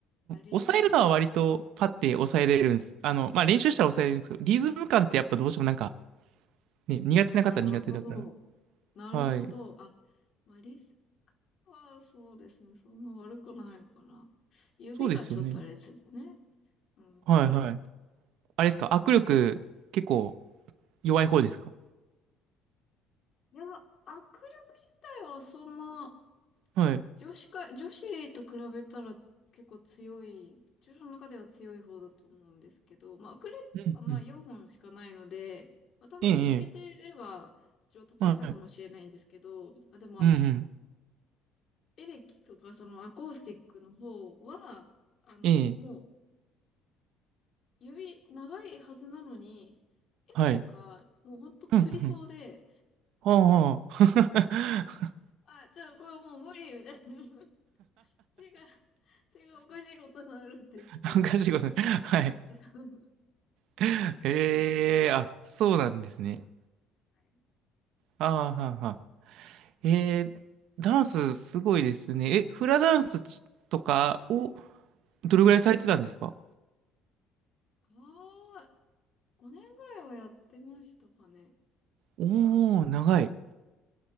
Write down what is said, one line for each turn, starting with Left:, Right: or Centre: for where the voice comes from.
Left: あ、あ、リズム、
Right: 抑えるのは割とパッて抑えれるんです。
Left: はい。
Right: あの、まあ練習したら抑えれるんですけど、リズム感ってやっぱどうしてもなんか、
Left: あー
Right: ね、苦手な方は苦手だから。
Left: あー、なるほど。なるほど。
Right: はい。
Left: あ、まあ、リズムはそうですね。そんな悪くないのかな。指がちょっとあれですよね。
Right: そうですよね。
Left: うん。
Right: はいはい。あれですか、握力結構
Left: <laughs>
Right: 弱い方ですか
Left: いや、握力自体はそんな
Right: はい。
Left: 女子か、女子と比べたら結構強い、女子の中では強い方だと思うんですけど、まあ、ウクレレはまあ4本しかないので、
Right: うんうん。
Left: まあ、多分続けてれば上達したかもしれないんですけど、
Right: ええ、ええ。はい。
Left: まあ、でもあの、
Right: うんうん。
Left: エレキとかそのアコースティックの方は、あの、
Right: ええ。
Left: もう指長いはずなのに、F
Right: はい。
Left: とか、もうほんと釣りそうで、
Right: うんうん。はあはあ。
Left: あ、じゃあこれもう無理みたいな。<laughs> 手が、手がおかしいことになるって言って。
Right: <laughs> おかしいことね。はい。
Left: <laughs>
Right: <laughs> ええあ、そうなんですね。
Left: は
Right: ああ、はあはあえー、ダンスすごいですね。え、フラダンスとかをどれぐらいされてたんですか
Left: いああ、5年ぐらいはやってましたかね。
Right: おー、長い、